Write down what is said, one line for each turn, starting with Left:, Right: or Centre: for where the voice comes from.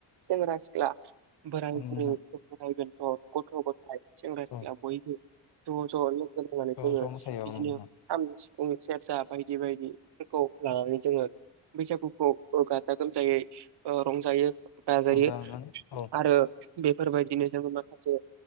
Right: सेंग्रा सिख्ला बोराय
Left: औ नोंथां
Right: बुरै <unintelligible> अ ग'थ गथाय सेंग्रा सिख्ला
Left: औ
Right: बयबो ज-ज लोगोनांनानै नोंसोरो
Left: ज' मोसायो
Right: बिदिनो
Left: औ नोंथां
Right: सिफुं सेरजा बायदि-बायदिफोरखौ लानानै जोङो बैसागुखौ ओ गाजा गोमजायै ओ रंजायो बाजायो
Left: रंजानानै औ
Right: आरो बेफोरबायदिनो जोङो माखासे